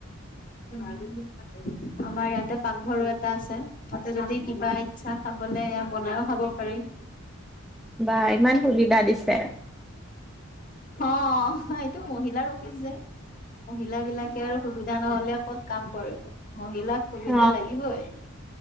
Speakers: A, on the left (about 40°); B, in the centre.
A: <unintelligible> আমাৰ ইয়াতে পাকঘৰো এটা আছে। ত যদি কিবা ইচ্ছা খাবলে এয়া বনাইও খাব পাৰি।
B: বা ইমান সুবিধা দিছে।
A: অঁ এইটো মহিলাৰ অফিচ যে। মহিলা বিলাকে আৰু সুবিধা নহ'লে ক'ত কাম কৰিব? মহিলাক সুবিধা
B: অ
A: লাগিবই।